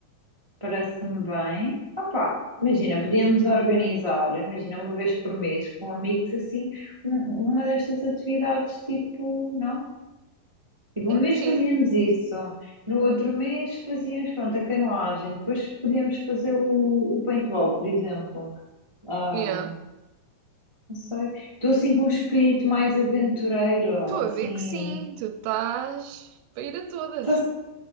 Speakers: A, on the right (about 55°); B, on the right (about 80°).
A: parece-me bem. Opá, imagina, podíamos organizar, imagina, uma vez por mês com amigos assim, um- uma destas atividades, tipo, não? Tipo, um mês
B: Sim,
A: fazíamos isso, no outro mês fazíamos, pronto, a canoagem, depois podíamos fazer o, o paintball, por exemplo. Ah,
B: yeah.
A: não sei. Estou assim com um espírito mais aventureiro,
B: Estou
A: assim.
B: a ver que sim, tu estás para ir a todas.
A: Sabe-
B: <laughs>